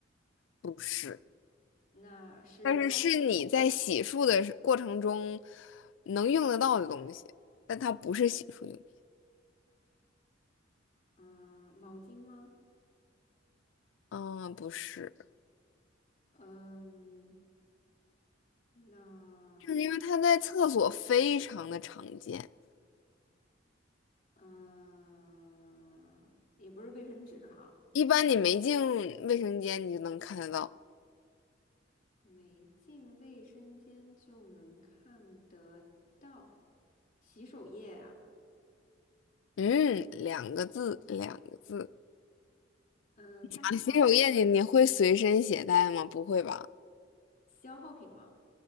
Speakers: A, on the left; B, on the left.
A: 不是，
B: 那是装
A: 但是是你在洗漱的时过程中能用得到的东西，但它不是洗漱用品。
B: 嗯毛巾吗？
A: 啊，不是，
B: 嗯，那
A: 就是因为它在厕所非常的常见，
B: 嗯也不是卫生纸哈，
A: 一般你没进卫生间你就能看得到。
B: 没进卫生间就能看得到洗手液啊？
A: 嗯，两个字，两个字。
B: 嗯，它是消耗
A: 啊洗手液你你会随身携带吗？不会吧？
B: 消耗品吗？